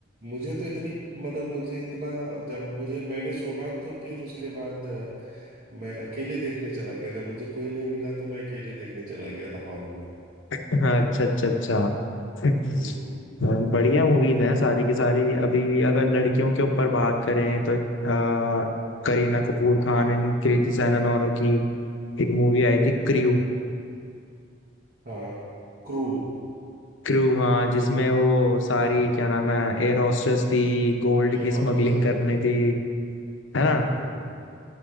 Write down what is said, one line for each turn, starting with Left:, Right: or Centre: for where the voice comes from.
Right: मुझे तो इतनी मतलब मुझे इतना जब मुझे मैंने सुना तो फिर उसके बाद अ, मैं अकेले देखने चला गया जब मुझे कोई नहीं मिला तो मैं अकेले देखने चला गया था हॉल में
Left: <laughs> अच्छा अच्छा अच्छा <laughs>
Right: हम्म
Left: बढ़िया मूवीज हैं सारी की सारी अभी अगर लड़कियों के ऊपर बात करें तो आ, करीना कपूर खान एंड कृति सैनन औरों की एक मूवी आई थी क्रू
Right: हाँ क्रू
Left: क्रू हाँ जिसमें
Right: क्रू
Left: वो
Right: हम्म
Left: सारी क्या नाम है एयर होस्टेस थी गोल्ड
Right: एयर
Left: की
Right: हॉस्टेस
Left: स्मगलिंग
Right: रहती
Left: करनी
Right: है
Left: थी है ना
Right: हम्म